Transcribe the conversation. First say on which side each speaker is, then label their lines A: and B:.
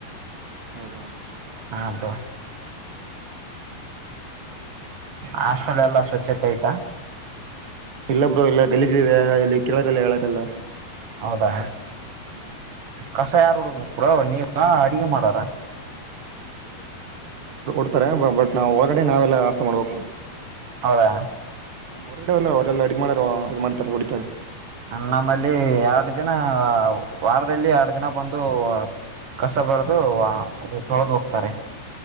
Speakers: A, on the right; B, on the right.
A: ಹೌದಾ
B: ಹಾ ಅಬ ಹಾಸ್ಟೆಲ್ ಎಲ್ಲಾ ಸ್ವಚ್ಛತೆ ಐತಾ
A: ಇಲ್ಲ ಬ್ರೋ ಇಲ್ಲ ಗೆಲಜಿದೆ ಇಲ್ಲಿ ಕೆೇಳಲ್ಲ ಹೇಳಾರೆಲ್ಲ
B: ಹೌದಾ
A: ಹ್ಮ್
B: ಕಸ ಯಾರು ಹುಡುಬೇಕ ಕೂಡ ನೀವನ ಅಡಗೆ ಮಾಡಾರ
A: ಡ್ತಾರೆ ಬಟ್ ನಾ ಒಳಗಡೆ ನಾವೆಲ್ಲ ಆಸ ಮಾಡ್ಬೇಕು
B: ಹೌದಾ
A: ಹ್ಮ ಹೊರಟಲ್ಲರೆಲ್ಲ ಅಡುಗ್ ಮಾಡಾರ ಇದು ಮಾಡ್ತಾರೆ ಹೊಡಿತಾರೆ
B: ನಮ್ಮಲ್ಲಿ ಎರಡು ದಿನ ವಾರದಲ್ಲಿ ಎರಡು ದಿನ ಬಂದು ಕಸ ಬಡ್ದ ಅದು ತೊಳೆದು ಹೋಗ್ತಾರೆ